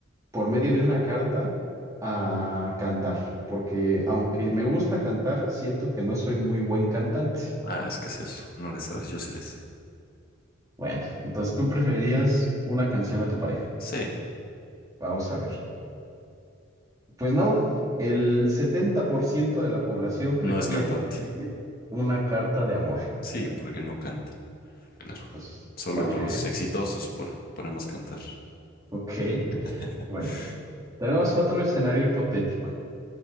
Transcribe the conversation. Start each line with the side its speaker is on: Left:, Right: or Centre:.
Right: por medio de una carta a cantar, porque aunque me gusta cantar, siento que no soy muy buen cantante.
Left: Ah, es que es eso. No le sabes, yo sí le sé.
Right: Bueno, entonces tú preferías una canción a tu pareja.
Left: Sí,
Right: Vamos a ver. Pues no, el 70% de la población prefiere
Left: no es cantante.
Right: escribir una carta de amor.
Left: Sí, porque no canta, claro.
Right: Entonces,
Left: Solo
Right: para
Left: los
Right: que veas.
Left: exitosos por- podemos cantar.
Right: Ok,
Left: <laughs>
Right: bueno, tenemos otro escenario hipotético.